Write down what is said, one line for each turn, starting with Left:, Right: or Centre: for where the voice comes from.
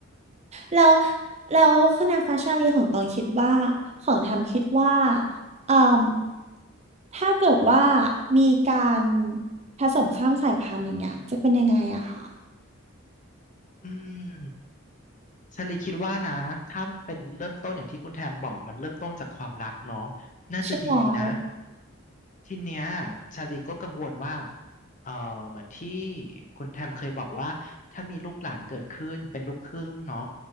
Right: แล้วแล้วคุณนางฟ้าชาลีของตองคิดว่าของทำคิดว่าเอ่มถ้าเกิดว่ามีการผสมข้ามสายพันธุ์อย่างเงี้ยจะเป็นยังไงอะค่ะ
Left: อืม ชาลีคิดว่านะถ้าเป็นเริ่มต้นอย่างที่คุณแทมบอกมันเริ่มต้นจากความรักเนาะน่าจะดีนะ
Right: ใช่แล้ว
Left: ทีเนี้ยชาลีก็กังวลว่าเออเหมือนที่คุณแทมเคยบอกว่าถ้ามีลูกหลานเกิดขึ้นเป็นลูกครึ่งเนาะ